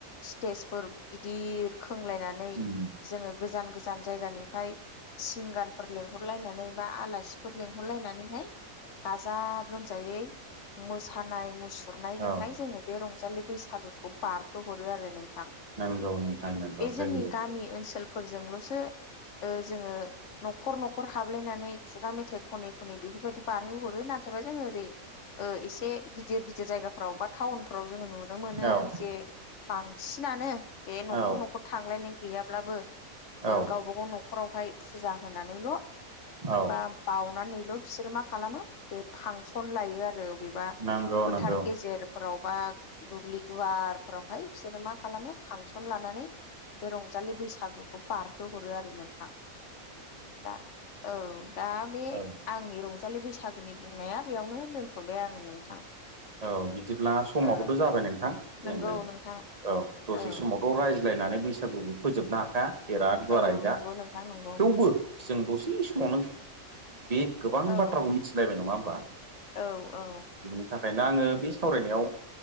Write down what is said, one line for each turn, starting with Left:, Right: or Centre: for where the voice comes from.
Left: स्टेजफोर गिदिर खोंलायनानै
Right: उम
Left: जोङो गोजान गोजान जायगानिफ्राय सिंगारफोर लेंंहरलायनानै बा आलासिफोर लेंंहरलायनानैहाय गाजा गोमजायै मोसानाय मुसुरनायजोंहाय
Right: औ
Left: जोङो बे रंजालि बैसागुखौ बारहोहरो आरो नोंथां।
Right: नंगौ नोंथां नंगौ
Left: बे
Right: जोंनिजों
Left: जोंनि गामि ओनसोलफोरजोंल'सो ओ जोङो न'खर न'खर हाबलायनानै खुगा मेथाइ खनै खनै बेफोरबायदि बारहोहरो नाथायबा जोङो ओरै ओ एसे गिदिर गिदिर जायगाफ्राव बा टाउनफ्राव जोङो नुनो मोनो
Right: औ
Left: जे बांसिनानो बे न'खर
Right: औ
Left: न'खर थांलायनाय गैयाब्लाबो
Right: औ
Left: ओ गावबा गाव न- खरावहाय फुजा होनानैल'
Right: औ
Left: बा बावउनानैल' बिसोरो मा खालामो बे फांसन लायो आरो। बबेबा
Right: नंगौ
Left: फोथार
Right: नंगौ
Left: गेजेरफोराव बा दुब्लि गुवारफोराव। ओमफ्राय बिसोरो मा खालामो फांसन लानानै बे रंजालि बैसागुखौ बारहो हरो आरो नोंथां। दा औ दा बे
Right: औ
Left: आंनि रंजालि बैसागुनि बुंनाया बेयावनो दोनथ'बाय आङो नोंथां।
Right: औ बिदिब्ला समाबोत'
Left: औ
Right: जाबाय नोंथां जोङो
Left: नंगौ नोंथां
Right: औ दसे
Left: औ
Right: समाव रायज्लायनानै बैसागु फोजोबनो हाखाया बेराद गुवाराय
Left: औ
Right: दा।
Left: नंगौ नोंथां नंगौ
Right: थेवबो जों दसे समावनो बे गोबां
Left: औ
Right: बाथ्राखौ मिथिलायबाय नङा होमबा?
Left: औ औ
Right: बिनि थाखायनो आंङो बे सावरायनायाव